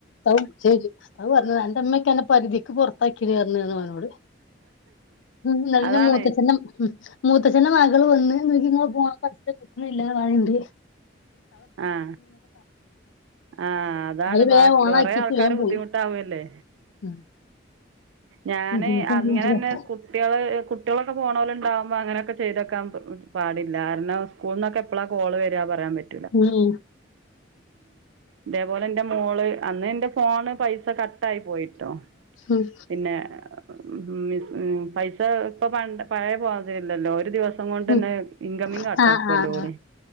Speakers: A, on the left (about 80°); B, on the right (about 80°).
A: അപ്പോ, <unintelligible> പറഞ്ഞ എന്റെമ്മക്കെെ പരിധിക്ക് പുറത്താക്കി പറഞ്ഞിരുന്നു അവനോട്. ഉം, നല്ല.
B: അതാണ്
A: മൂത്ത മൂത്തച്ഛന്റെ മകൾ വന്ന് നോക്കി ഇങ്ങള് പോകാൻ പറഞ്ഞിട്ട് പോന്നില്ല, താഴെയിണ്ട്
B: ആഹ ആഹ അതാണ്
A: അയില്
B: ബാക്കി
A: വേം ഓണാക്കിട്ട്
B: ഒറെേ ആൾക്കാര്
A: വേം പോയി
B: ബുദ്ധിമുട്ടാവുംല്ലേ
A: ഉം
B: ഞാന്
A: ഉം
B: അങ്ങനെന്നെ കുട്ടികള് കുട്ടികളൊക്കെ പോണോലുണ്ടാവുമ്പോ അങ്ങനെയക്കെ ചെയ്തക്കാൻ പാടില്ല കാരണം സ്കൂളന്നൊക്കെ എപ്പളാ കോള് വരിക എന്ന് പറയാൻ പറ്റില്ല
A: ഉം
B: ഇതേപോലെ എന്റെ മോള് അന്ന് എന്റെ ഫോണ് പൈസ കട്ടായി പോയിട്ടോ,
A: ഉം
B: പിന്നെ മ് മ് പൈസ ഇപ്പ പണ്ട പഴയമാതിരി ഒരു ദിവസം കൊണ്ടന്നെ
A: മ്
B: ഇൻകമിങ് കട്ടാക്കുവല്ലോ
A: ആ ആ ആ <unintelligible>
B: ഓല്